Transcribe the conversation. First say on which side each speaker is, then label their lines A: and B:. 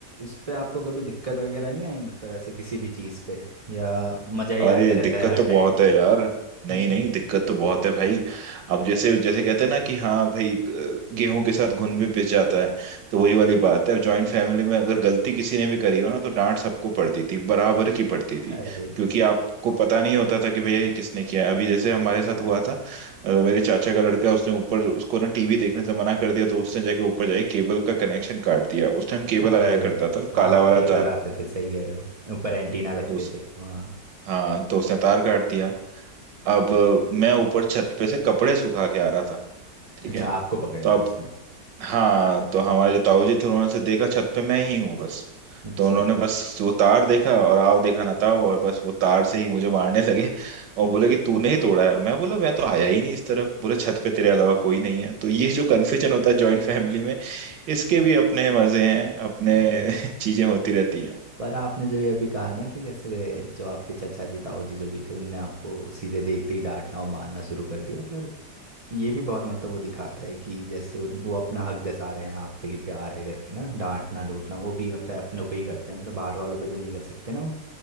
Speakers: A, on the right; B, on the right.
A: इस पे आपको कभी दिक्कत वगैरह नहीं आई मतलब ऐसे किसी भी चीज़ पे या मज़ा ही
B: अरे
A: आते रहता
B: दिक्कत
A: है हर
B: तो बहुत
A: टाइम पे
B: है यार
A: <laughs>
B: नहीं नहीं दिक्कत तो बहुत है भाई अब जैसे जैसे कहते हैं ना कि हाँ भाई ग- गेहूं के साथ घुन भी पिस जाता है तो वही वाली बात है अब जॉइंट फैमिली में अगर गलती किसी ने भी करी हो ना तो डांट सबको पड़ती थी बराबर की पड़ती थी
A: अरे
B: क्योंकि आपको पता नहीं होता था कि भैया ये किसने किया है अभी जैसे हमारे साथ हुआ था अ, मेरे चाचा का लड़का है, उसने ऊपर उसको ना टीवी देखने से मना कर दिया तो उसने जाके ऊपर जाके केबल का कनेक्शन काट दिया उस टाइम केबल
A: अरे
B: आया करता था
A: हाँ
B: काला
A: हाँ
B: वाला
A: केबल
B: तार
A: आते थे सही कह रहे हो ऊपर एंटीना लगते
B: तो उस
A: थे हाँ
B: हाँ तो उसने तार काट दिया अब मैं ऊपर छत पे से कपड़े सुखा के आ रहा था ठीक
A: अच्छा
B: है
A: आपको पकड़
B: तो
A: लिया
B: अब
A: उसमें
B: हाँ तो हमारे जो ताऊ जी थे उन्होंने से देखा छत पे मैं ही हूँ बस
A: अच्छा
B: तो उन्होंने बस वो तार देखा और आओ देखा ना ताओ और बस वो तार से ही मुझे मारने लगे और बोले कि तूने ही तोड़ा है मैं बोला मैं तो आया ही नहीं इस तरफ बोले छत पे तेरे अलावा कोई नहीं है तो ये जो कन्फ्यूजन होता है जॉइंट फैमिली में इसके भी अपने मजे हैं अपने
A: <laughs>
B: <laughs> चीजें होती रहती
A: पर आपने जो ये अभी कहा ना कि जैसे जो आपके चचा जी ताऊ जी जो भी थे उनने आपको सीधे देखते ही डांटना और मारना शुरू कर दिया पर ये भी बहुत मतलब वो दिखाता है कि जैसे उन- वो अपना हक जता रहे हैं आप पे कि प्यार है करके ना डांटना डूटना वो भी मतलब अपने पे ही करते हैं मतलब बाहर वालों पे तो नहीं कर सकते ना वो